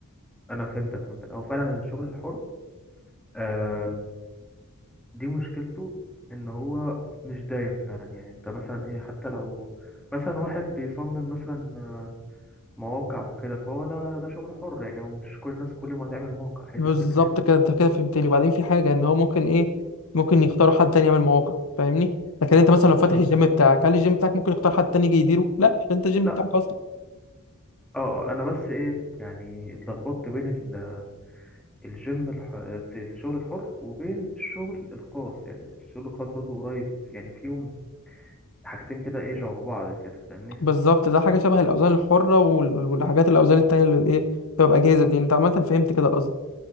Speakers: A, in the centre; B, on the left (about 70°).
A: انا فهمتك فهمتك او فعلا الشغل الحر آم، دي مشكلته ان هو مش دايم فعلا يعني انت مثلا ايه حتى لو مثلا واحد بيصمم مثلا مواقع وكده فهو ده ده شغل حر يعني هو مش كل الناس كل ما هتعمل موقع
B: بالظبط
A: هي دي الفكره يعني
B: كده انت كده فهمتني وبعدين في حاجه ان هو ممكن ايه ممكن يختاروا حد تاني يعمل مواقع فاهمني لكن انت مثلا
A: بالظبط
B: لو فاتح الجيم بتاعك هل الجيم بتاعك ممكن يختار حد تاني يجي يديره لا عشان انت الجيم
A: لا
B: بتاعك اصلا
A: اه انا بس ايه يعني اتلخبطت بين ال- الجيم الح... الشغل الحر وبين الشغل الخاص يعني الشغل الخاص برضه قريب يعني فيهم حاجتين كده ايه شبه بعض كده فاهمني
B: بالظبط ده حاجه شبه الاوزان الحره وال- والحاجات الاوزان التانية اللي ايه بتبقى باجهزه دي انت عملت فهمت كده القصد